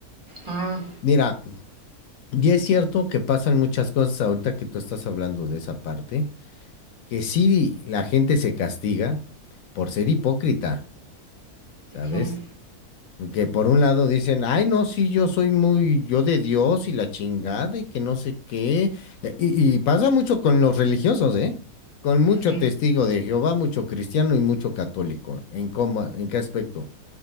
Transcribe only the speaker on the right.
Mm,
mm,
mm,